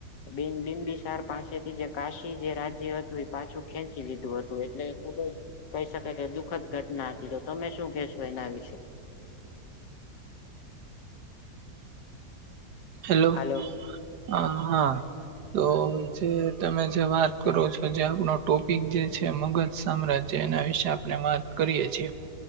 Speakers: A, on the left; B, on the right.
A: બિન બિંમ બીસાર પાસેથી જે કાશી જે રાજ્ય હતું એ પાછું ખેંચી લી ધું હતું એટલે ખુબ જ કહી શકાય કે દુખદ ઘટના હતી તો તમે શું કેહેશો એના વિશે
B: હેલો
A: હાલો
B: હા હા. તો જે તમે જે વાત કરો છો જે આપણો ટોપિક જે છે મગદ સામ્રાજ્ય એના વિશે આપણે વાત કરીએ છીએ